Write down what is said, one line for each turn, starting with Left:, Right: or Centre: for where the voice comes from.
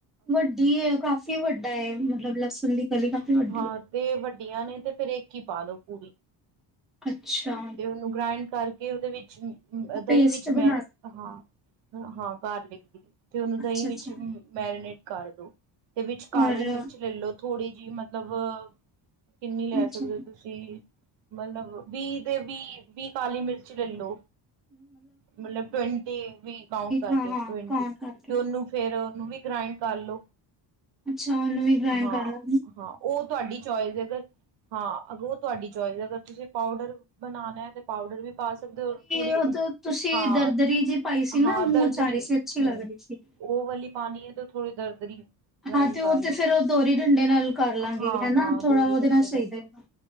Centre: ਵੱਡੀ ਹੈ ਕਾਫ਼ੀ ਵੱਡਾ ਹੈ ਮਤਲਬ ਲਸਣ ਦੀ ਕਲੀ ਕਾਫ਼ੀ ਵੱਡੀ
Right: ਹਾਂ
Centre: ਹੈ।
Right: ਤੇ ਵੱਡੀਆਂ ਨੇ ਤੇ ਫੇਰ ਇੱਕ ਹੀ ਪਾ ਦਓ ਪੂਰੀ।
Centre: ਅੱਛਾ
Right: ਤੇ ਉਹਨੂੰ ਗ੍ਰਾਇੰਡ ਕਰਕੇ ਕੇ ਉਹਦੇ ਵਿੱਚ
Centre: ਪੇਸਟ
Right: ਦਹੀਂ ਵਿੱਚ
Centre: ਬਣਾ
Right: ਮੈਂ ਹਾਂ ਹਾਂ ਬਾਹਰ ਨਿਕਦੀ ਤੇ ਉਹਨੂੰ ਦਹੀਂ
Centre: ਅੱਛਾ-ਅੱਛਾ
Right: ਵਿੱਚ ਮੈਰੀਨੇਟ ਕਰ ਦੋ। ਦੇ ਵਿੱਚ ਕਾਲੀ
Centre: ਔਰ
Right: ਮਿਰਚ ਲੈ ਲਓ ਥੋੜੀ ਜਿਹੀ ਮਤਲਬ ਕਿੰਨੀ ਲੈ
Centre: ਅੱਛਾ
Right: ਸਕਦੇ ਹੋ ਤੁਸੀਂ ਮਤਲਬ ਵੀਹ ਦੇ ਵੀਹ ਵੀਹ ਕਾਲੀ ਮਿਰਚ ਲੈ ਲੋ। ਮਤਲਬ ਟਵੰਟੀ ਵੀ ਕਾਉਂਟ ਕਰਕੇ
Centre: ਹਾਂ-ਹਾਂ
Right: ਟਵੰਟੀ
Centre: ਕੌਣ
Right: ਤੇ
Centre: ਕਰਕੇ
Right: ਉਹਨੂੰ ਫੇਰ ਉਹਨੂੰ ਵੀ ਗ੍ਰਾਇੰਡ ਕਰ ਲੋ।
Centre: ਅੱਛਾ ਉਹਨੂੰ ਵੀ ਗਾਇਣ
Right: ਹਾਂ
Centre: ਕਰ ਲਾਂ
Right: ਹਾਂ ਉਹ ਤੁਹਾਡੀ ਚੋਇਸ ਅਗਰ ਹਾਂ ਅਗਰ ਤੁਹਾਡੀ ਚੋਇਸ ਅਗਰ ਤੁਸੀਂ ਪਾਊਡਰ ਬਣਾਣਾ ਹੈ ਤੇ ਪਾਊਡਰ ਵੀ ਪਾ ਸਕਦੇ ਹੋ ਥੋੜ੍ਹੀ
Centre: ਉਹ ਤ ਤੁਸੀਂ
Right: ਹਾਂ-ਹਾਂ
Centre: ਦਰਦਰੀ ਜੀ ਪਾਈ ਸੀ ਨਾ
Right: ਦਰਦਰੀ
Centre: ਮੂੰਹ ਚ ਆ ਰਹੀ ਸੀ ਅੱਛੀ
Right: ਹੂੰ
Centre: ਲੱਗ ਰਹੀ ਸੀ।
Right: ਉਹ ਵਾਲੀ ਪਾਣੀ ਹੈ। ਥੋੜੀ ਦਰਦਰੀ ਗ੍ਰਾਇੰਡ
Centre: ਹਾਂ ਤੇ
Right: ਕਰ
Centre: ਉਹ
Right: ਲੋ
Centre: ਤੇ ਫੇਰ ਉਹ ਦੋਹਰੀ ਨਾਲ ਕਰ ਲਾਂਗੇ
Right: ਹਾਂ
Centre: ਹਨਾ
Right: ਹਾਂ
Centre: ਥੋੜਾ
Right: ਦੋਹਰੀ
Centre: ਉਹਦੇ
Right: ਡੰਡੇ
Centre: ਨਾਲ
Right: ਤੇ
Centre: ਸਹੀ ਰਹੇਗਾ